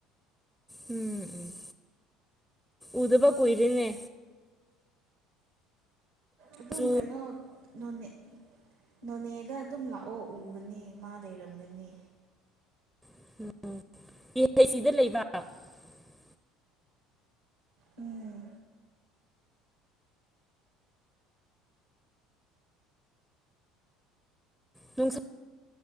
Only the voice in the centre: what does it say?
ꯎꯝ ꯎꯗꯕ ꯀꯏꯔꯅꯦ
ꯆꯨ
<unintelligible>
ꯅꯨꯡꯁ